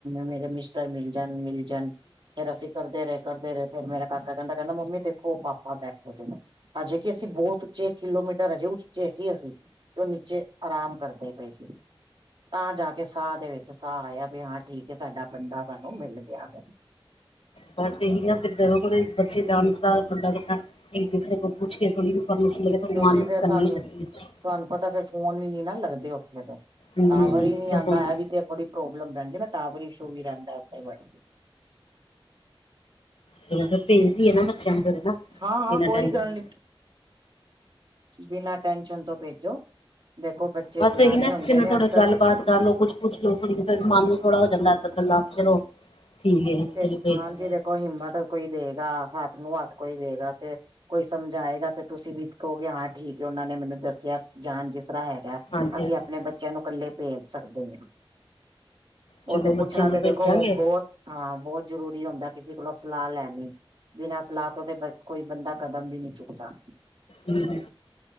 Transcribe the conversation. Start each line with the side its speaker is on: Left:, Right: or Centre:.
Right: ਮੇਰੇ ਮਿਸਟਰ ਮਿਲ ਜਾਣ- ਮਿਲ ਜਾਣ ਫੇਰ ਅਸੀਂ ਕਰਦੇ ਰਹੇ- ਕਰਦੇ ਰਹੇ, ਫੇਰ ਮੇਰਾ ਕਾਕਾ ਕਹਿੰਦਾ ਕਹਿੰਦਾ ਮੰਮੀ ਦੇਖੋ ਪਾਪਾ ਬੈਠੇ ਦੇ ਨੇ। ਹਜੇ ਕੀ ਅਸੀਂ ਬਹੁਤ ਉੱਚੇ ਕਿਲੋਮੀਟਰ ਹਜੇ ਉੱਚੇ ਸੀ ਅਸੀਂ। ਤੇ ਨੀਚੇ ਆਰਾਮ ਕਰਦੇ ਪਏ ਸੀ, ਤਾਂ ਜਾ ਕੇ ਸਾਹ ਦੇ ਵਿੱਚ ਸਾਹ ਆਇਆ ਵੀ ਹਾਂ ਠੀਕ ਹੈ ਸਾਡਾ ਬੰਦਾ ਸਾਨੂੰ ਮਿਲ ਗਿਆ ਵੇ।
Left: ਬਸ ਇਹੀ ਨਾ ਫੇਰ ਜਦੋਂ ਕਿਤੇ ਬੱਚੇ ਜਾਣ ਪਛਾਣ ਬੰਦਾ ਇੱਕ ਦੂਸਰੇ ਕੋਲੋ ਪੁੱਛ ਕੇ ਥੋੜੀ ਇਨਫੋਮੇਸ਼ਨ ਲੈ ਕੇ
Right: ਕਿਉਂਕਿ
Left: ਥੋੜੀ ਮਨ ਨੂੰ
Right: ਫੇਰ
Left: ਤਸੱਲੀ
Right: ਤੁਹਾਨੂੰ
Left: ਹੋ ਜਾਂਦੀ ਏ।
Right: ਤੁਹਾਨੂੰ ਪਤਾ ਫੇਰ ਫੋਨ ਵੀ ਨੀ ਨਾ ਲੱਗਦੇ ਉੱਥੇ ਦੇ।
Left: ਹੂੰ
Right: ਟਾਵਰ ਹੀ ਨੀ
Left: ਤਾਂ
Right: ਆਂਦਾ
Left: ਹੁਣ
Right: ਐਵੀ ਤੇ ਬੜੀ ਪ੍ਰੋਬਲਮ ਰਹਿੰਦੀ ਨਾ ਟਾਵਰ ਇਸ਼ੂ ਵੀ ਰਹਿੰਦਾ ਉੱਥੇ ਬੜਾ।
Left: ਫੇਰ ਔਥੇ ਭੇਜ ਦੀਆ ਨਾ ਬੱਚਿਆਂ ਨੂੰ ਫੇਰ ਨਾ।
Right: ਹਾਂ- ਹਾਂ
Left: ਬਿਨਾਂ
Right: ਕੋਈ
Left: ਟੈਨਸ਼ਨ
Right: ਗੱਲ ਨੀ, ਬਿਨਾਂ ਟੈਨਸ਼ਨ ਤੋਂ ਭੇਜੋ। ਦੇਖੋ ਬੱਚੇ
Left: ਬਸ
Right: ਸਿਆਣੇ
Left: ਇਹੀ ਨਾ ਕਿਸੇ
Right: ਹੁੰਦੇ
Left: ਨਾਲ
Right: ਨੇ
Left: ਥੋੜਾ
Right: ਅੱਜ ਕੱਲ
Left: ਗੱਲਬਾਤ ਕਰ ਲਓ ਕੁੱਛ ਪੁੱਛ ਲਓ ਥੋੜੀ ਮਨ ਨੂੰ ਥੋੜਾ ਹੋ ਜਾਂਦਾ ਤਸੱਲਾ ਚਲੋ ਠੀਕ ਹੈ
Right: ਤੇ
Left: ਚਲੋ ਭੇਜ
Right: ਹਾਂਜੀ
Left: ਦਿੰਦੇ ਆ
Right: ਦੇਖੋ ਹਿੰਮਤ ਕੋਈ ਦੇਗਾ ਹੱਥ ਨੂੰ ਹੱਥ ਕੋਈ ਦੇਗਾ ਤੇ ਕੋਈ ਸਮਝਾਏਗਾ ਤੇ ਤੁਸੀਂ ਵੀ ਕਹੋਗੇ ਹਾਂ ਠੀਕ ਏ ਉਹਨਾਂ ਨੇ ਮੈਨੂੰ ਦੱਸਿਆ, ਜਾਨ ਜਿਸ ਤਰਾਂ ਹੈਗਾ।
Left: ਹਾਂਜੀ
Right: ਅਸੀਂ
Left: ਹਾਂਜੀ।
Right: ਆਪਣੇ
Left: ਹਾਂਜੀ।
Right: ਬੱਚਿਆਂ ਨੂੰ ਇਕੱਲੇ ਭੇਜ ਸਕਦੇ ਨੇ ਓਹ।
Left: ਚਲੋ
Right: ਉਹ ਤੇ
Left: ਬੱਚਿਆਂ
Right: ਪੁੱਛਣਾ
Left: ਨੂੰ
Right: ਤੇ
Left: ਭੇਜਾਂਗੇ
Right: ਦੇਖੋ ਬੋਤ
Left: ਹੂੰ
Right: ਹਾਂ ਬਹੁਤ ਜ਼ਰੂਰੀ ਹੁੰਦਾ ਕਿਸੇ ਕੋਲੋਂ ਸਲਾਹ ਲੈਣੀ, ਬਿਨਾਂ ਸਲਾਹ ਤੋਂ ਤੇ ਬ ਕੋਈ ਬੰਦਾ ਕਦਮ ਵੀ ਨੀ ਚੁੱਕਦਾ।
Left: ਹੂੰ-ਹੂੰ